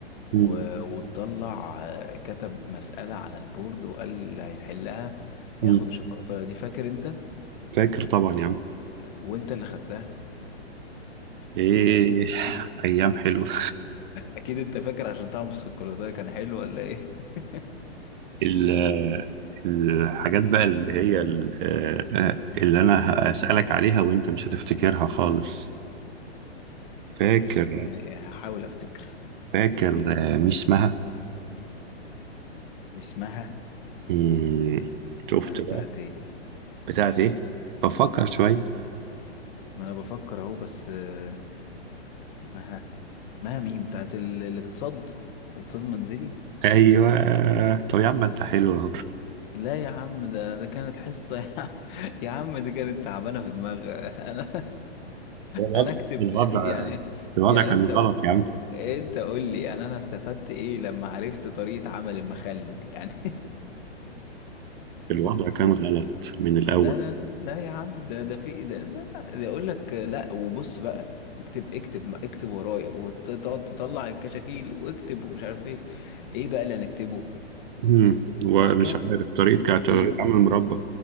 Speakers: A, on the left (about 45°); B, on the right (about 45°).
A: و-
B: مم.
A: وطلع آه، كتب مسألة على البورد وقال اللي هيحلها هياخد
B: مم.
A: الشوكولاتايه دي فاكر انت
B: فاكر طبعا يا عم
A: وانت اللي خدتها
B: ايه
A: اكيد <laughs>
B: ايام حلوه
A: اكيد انت فاكر عشان طعم الشوكولاتايه كان حلو ولا ايه <laughs>
B: ال- الحاجات بقى اللي هي ال- آه، اللي انا هسألك عليها وانت مش هتفتكرها خالص فاكر
A: بص يعني هحاول افتكر
B: فاكر
A: مين؟
B: آه، مش اسمها
A: مش مها
B: إيه، شفت
A: مها بتاعت
B: بقى
A: ايه
B: بتاعت ايه بفكر شوية
A: ما انا بفكر اهو بس آه، مها ما مين بتاعت ال... الاقتصاد اقتصاد منزلي
B: ايوه طب يا عم انت حلو اهو
A: لا يا عم ده ده كانت حصة يا عم <laughs> يا عم دي كانت تعبانة في دماغ <laughs> انا
B: الوضع
A: انا اكتب
B: الوضع
A: <laughs> يعني
B: الوضع
A: يعني
B: كان
A: انت
B: غلط يا عم
A: انت قول لي يعني انا استفدت ايه لما عرفت طريقة عمل المخل يعني
B: الوضع
A: <laughs>
B: كان
A: و...
B: غلط من الاول
A: لا لا لا لا يا عم ده ده في ده لا ده اقول لك لا وبص بقى اكتب اكتب اكتب ورايا وتقعد تطلع الكشاكيل واكتب ومش عارف ايه ايه بقى اللي هنكتبه
B: مم. ومش
A: جاف
B: عارف طريقة كانت طريقة
A: ل-
B: عمل مربى